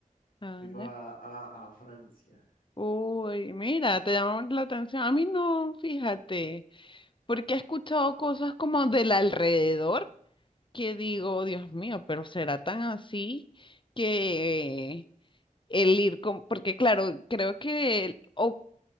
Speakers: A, on the left; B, on the left.
A: Anda.
B: tipo a, a, a Francia.
A: Uy, mira, te llamó la atención. A mí no, fíjate, porque he escuchado cosas como del alrededor que digo, Dios mío, pero será tan así que el ir con, porque claro, creo que el- o